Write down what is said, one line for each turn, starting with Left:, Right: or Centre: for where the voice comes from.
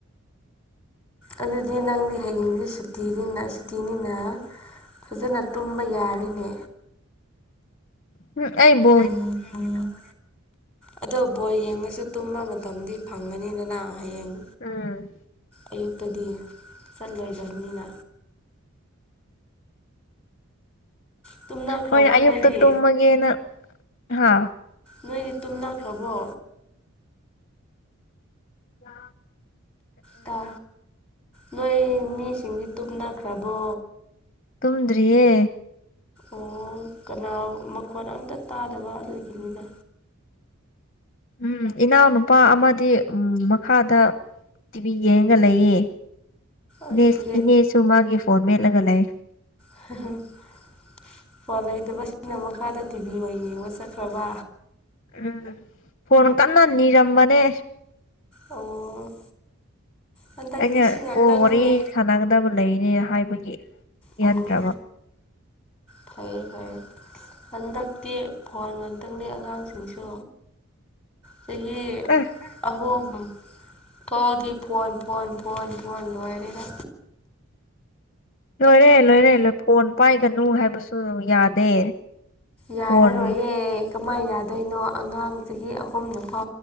Centre: ꯑꯗꯨꯗꯤ ꯅꯪꯗꯤ ꯍꯌꯦꯡꯁꯤ ꯁꯨꯇꯤꯅꯤꯅ ꯁꯨꯇꯤꯅꯤꯅ ꯐꯖꯅ ꯇꯨꯝꯕ ꯌꯥꯔꯤꯅꯦ
Left: ꯍꯝ ꯑꯩꯕꯨ
Centre: ꯑꯩ ꯕ‌ꯣꯜ ꯌꯦꯡꯒꯦ ꯇꯧꯕꯅꯦ ꯑꯗꯣ ꯕꯣꯜ ꯌꯦꯡꯉꯁꯨ ꯇꯨꯝꯕ ꯃꯇꯝꯗꯤ ꯐꯪꯒꯅꯤꯗꯅ ꯍꯌꯦꯡ
Left: ꯎꯝ
Centre: ꯑꯌꯨꯛꯇꯗꯤ ꯆꯠꯂꯣꯏꯗꯕꯅꯤꯅ ꯇꯨꯝꯅꯈ꯭ꯔꯕꯣ
Left: ꯍꯣꯏ ꯑꯌꯨꯛꯇ
Centre: ꯅꯣꯏꯗꯤ
Left: ꯇꯨꯝꯃꯒꯦꯅ ꯍꯥ
Centre: ꯅꯣꯏꯗꯤ ꯇꯨꯝꯅꯈ꯭ꯔꯥꯕꯣ
Left: ꯑ
Centre: ꯇꯥ ꯅꯣꯏ ꯃꯤꯁꯤꯡꯗꯤ ꯇꯨꯝꯅꯈ꯭ꯔꯕꯣ
Left: ꯇꯨꯝꯗ꯭ꯔꯤꯌꯦ
Centre: ꯑꯣ ꯀꯅꯥ ꯃꯈꯣꯟ ꯑꯝꯇ ꯇꯥꯗꯕ ꯑꯗꯨꯒꯤꯅꯤꯗ
Left: ꯎꯝ ꯏꯅꯥꯎꯅꯨꯄꯥ ꯑꯃꯗꯤ ꯎꯝ ꯃꯈꯥꯗ ꯇꯤ ꯕꯤ ꯌꯦꯡꯉꯒ ꯂꯩꯌꯦ ꯏꯅꯦ
Centre: ꯑꯁ ꯔꯦ
Left: ꯏꯅꯦꯁꯨ ꯃꯥꯒꯤ ꯐꯣꯟ ꯃꯦꯠꯂꯒ ꯂꯩ
Centre: <unintelligible> ꯐꯣꯟ ꯂꯩꯇꯕ ꯁꯤꯅ ꯃꯈꯥꯗ ꯇꯤꯚꯤ ꯑꯣꯏꯅ ꯌꯦꯡꯕ ꯆꯠꯈ꯭ꯔꯕ
Left: ꯎꯝ ꯐꯣꯟ ꯀꯟꯅ ꯅꯤꯔꯝꯕꯅꯦ
Centre: ꯑꯣ ꯍꯟꯗꯛꯇꯤ
Left: ꯑꯩꯅ
Centre: ꯁꯤ ꯉꯥꯛꯇꯪꯅꯤꯅꯦ
Left: ꯀꯣꯜ ꯋꯥꯔꯤ ꯁꯥꯟꯅꯒꯗꯕ ꯂꯩꯅꯦ ꯍꯥꯏꯕꯒꯤ ꯄꯤꯍꯟꯗ꯭ꯔꯕ
Centre: ꯑꯣ ꯐꯔꯦ ꯐꯔꯦ ꯍꯟꯗꯛꯇꯤ ꯐꯣꯟ ꯉꯥꯛꯇꯪꯅꯦ ꯑꯉꯥꯡꯁꯤꯡꯁꯨ ꯆꯍꯤ
Left: ꯑꯦ
Centre: ꯑꯍꯨꯝꯕꯨꯝ ꯊꫭꯛꯑꯗꯤ ꯐꯣꯟ ꯐꯣꯟ ꯐꯣꯟ ꯐꯣꯟ ꯂꯣꯏꯔꯦꯗ
Left: ꯂꯣꯏꯔꯦ ꯂꯣꯏꯔꯦ ꯂꯣꯏ ꯐꯣꯟ ꯄꯥꯏꯒꯅꯨ ꯍꯥꯏꯕꯁꯨ ꯌꯥꯗꯦ
Centre: ꯌꯥꯔꯔꯣꯏꯌꯦ
Left: ꯐꯣꯟ
Centre: ꯀꯃꯥꯏ ꯌꯥꯗꯣꯏꯅꯣ ꯑꯉꯥꯡ ꯆꯁꯤ ꯑꯍꯨꯝꯕꯨ ꯐꯥ